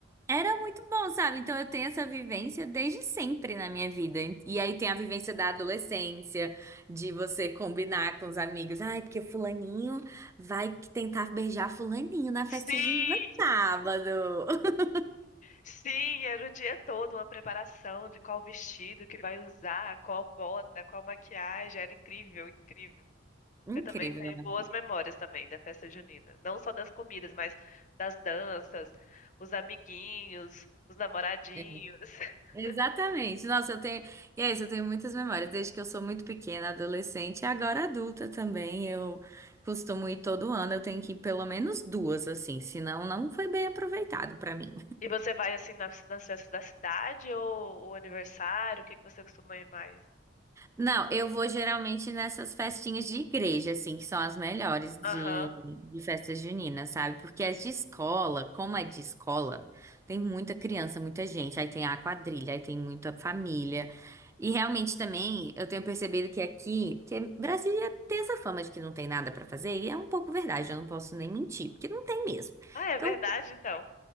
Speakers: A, on the right; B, on the left.
A: Era muito bom, sabe? Então eu tenho essa vivência desde sempre na minha vida. E aí tem a vivência da adolescência, de você combinar com os amigos. Ai, porque fulaninho vai que tentar beijar fulaninho na festa
B: Sim,
A: junina sábado. <laughs>
B: Sim, era o dia todo uma preparação de qual vestido que vai usar, qual bota, qual maquiagem. Era incrível, incrível.
A: Incrível,
B: Eu também tenho
A: né?
B: boas memórias também da festa junina. Não só das comidas, mas das danças, os amiguinhos, os namoradinhos.
A: É.
B: <laughs>
A: Exatamente. Nossa, eu tenho. E é isso, eu tenho muitas memórias, desde que eu sou muito pequena, adolescente, e agora adulta também. Eu costumo ir todo ano, eu tenho que ir pelo menos duas, assim, senão não foi bem aproveitado pra mim.
B: E você vai assim nas, nas festas da cidade ou o aniversário? O que que você costuma ir mais?
A: Não, eu vou geralmente nessas festinhas de igreja, assim, que são as melhores de,
B: Aham.
A: de festa junina, sabe? Porque as de escola, como é de escola, tem muita criança, muita gente, aí tem a quadrilha, aí tem muita família. E realmente também eu tenho percebido que aqui, que Brasília tem essa fama de que não tem nada pra fazer, e é um pouco verdade, eu não posso nem mentir, porque não tem mesmo.
B: Ah, é
A: Então,
B: verdade então.